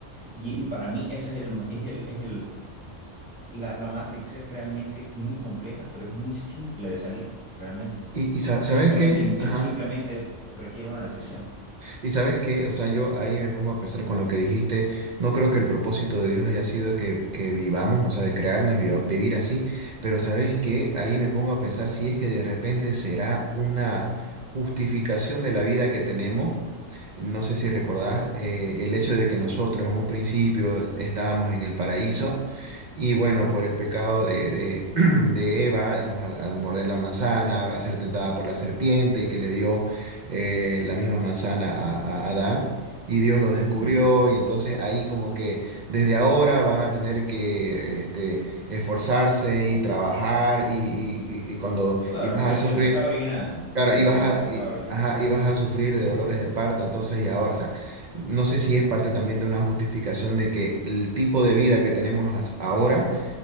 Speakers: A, on the left; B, on the right.
A: Y, y para mí ese es el, ma- es el, es el, la, la Matrix es realmente muy compleja, pero es muy simple de salir, realmente.
B: Y, y sa-
A: Simplemente,
B: ¿sabes qué?
A: im-
B: Ajá.
A: simplemente requiere una decisión.
B: Y sabes qué, o sea, yo ahí me pongo a pensar con lo que dijiste, no creo que el propósito de Dios haya sido que, que vivamos, o sea, de crearnos y viva- vivir así, pero sabes qué, ahí me pongo a pensar si es que de repente será una justificación de la vida que tenemos. No sé si recordás eh, el hecho de que nosotros en un principio estábamos en el paraíso y bueno, por el pecado de, de, <clears throat> de Eva, digamos, al, al morder la manzana, a ser tentada por la serpiente y que le dio eh, la misma manzana a, a Adán. Y Dios lo descubrió
A: Ujú.
B: y entonces ahí como que desde ahora van a tener que este, esforzarse y trabajar y, y- y- y cuando
A: Claro,
B: y vas
A: el, pe-
B: a sufrir,
A: el pecado original,
B: claro,
A: la
B: y vas
A: teoría
B: a,
A: del pecado
B: y-
A: original.
B: ajá, y vas a sufrir de dolores de parto, entonces y ahora, o sea, no sé si es parte también de una justificación de que el tipo de vida que tenemos as- ahora